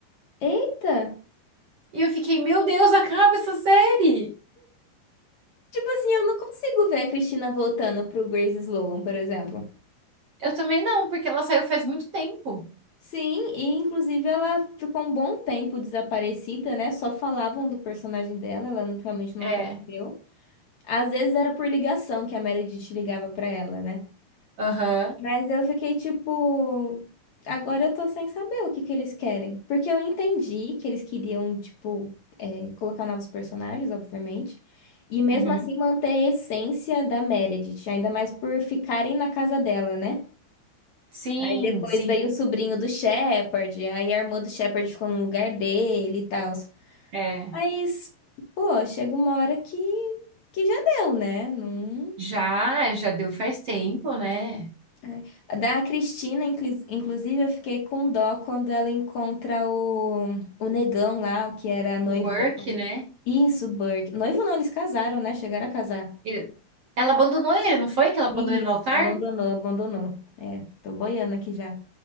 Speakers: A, on the left; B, on the right.
A: Eita!
B: E eu fiquei, meu Deus, acaba essa série!
A: Tipo assim, eu não consigo ver a Cristina voltando pro Grace Sloan, por exemplo.
B: Eu também não, porque ela saiu faz muito tempo.
A: Sim, e inclusive ela ficou um bom tempo desaparecida, né? Só falavam do personagem dela, ela não- realmente não
B: É,
A: apareceu. Às vezes era por ligação que a Meredith ligava pra ela, né?
B: aham,
A: Mas eu fiquei tipo, agora eu tô sem saber o que que eles querem. Porque eu entendi que eles queriam, tipo, é, colocar novos personagens, obviamente. E mesmo
B: uhum.
A: assim manter a essência da Meredith, ainda mais por ficarem na casa dela, né?
B: Sim,
A: Aí depois
B: sim,
A: veio o sobrinho do Shepard, aí a irmã do Shepard ficou no lugar dele e tal.
B: é.
A: Mas, pô, chega uma hora que, que já deu, né? Não...
B: Já, já deu faz tempo, né?
A: Ai. A Da Cristina, inclus- inclusive, eu fiquei com dó quando ela encontra o, o negão lá, o que era noivo
B: O Burke,
A: dela.
B: né?
A: Isso, Burke. Noivo não, eles casaram, né? Chegaram a casar.
B: Ele- Ela abandonou ele, não foi que ela abandonou
A: Isso,
B: ele no altar?
A: abandonou, abandonou. É, tô boiando aqui já.